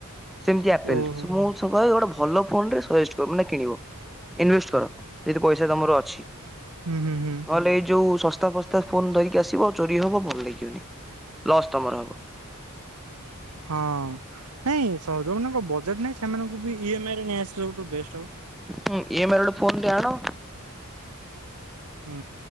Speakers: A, in the centre; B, on the right (about 85°).
A: ସେମିତି ଆପେଲରେ।
B: ଓହୋ
A: ମୁଁ। <unintelligible> ଭଲ ଫୋନ୍ ଟେ ସଜେଷ୍ଟ କ ମାନେ କିଣିବ। ଇନଭେଷ୍ଟ କର, ଯଦି ପଇସା ତମର ଅଛି।
B: ହୁଁ ହୁଁ ହୁଁ।
A: ନହେଲେ ଏଇ ଯୋଉ ଶସ୍ତା ଫସ୍ତା ଫୋନ ଧରିକି ଆସିବ ଚୋରି ହବ ଭଲ ଲାଗିବନି ଲସ୍ ତମର ହବ।
B: ହଁ ନାଇଁ ସ ଯୋଉମାନଙ୍କ ବଜେଟ୍ ନାହିଁ ସେମାନଙ୍କୁ ବି ଇ ଏମ୍ ଆଇ ରେ ନେଇ ଆସିଲେ ସବୁଠୁ ବେଷ୍ଟ ହବ।
A: ହଁ ଇ ଏମ୍ବଆଇ ରେ ଗୋଟେ ଫୋନ ଟେ ଆଣ।
B: ହୁଁ